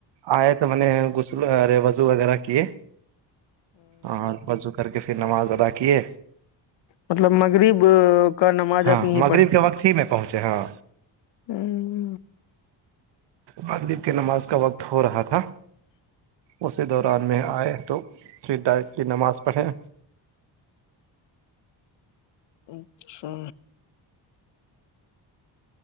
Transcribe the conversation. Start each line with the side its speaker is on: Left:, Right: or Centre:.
Right: آیا تو میں نے غسل ارے وضو وغیرہ کیے اور وضو کر کے کہ پھر نماز ادا کیے
Left: مطلب مغرب کا نماز
Right: ہاں
Left: آپ یہیں
Right: مغرب کے وقت ہی میں پہنچے ہاں
Left: ہوں
Right: مغرب کی نماز کا وقت ہو رہا تھا اسی دوران میں آئے تو پھر ڈائ کی نماز پڑھیں
Left: ا سو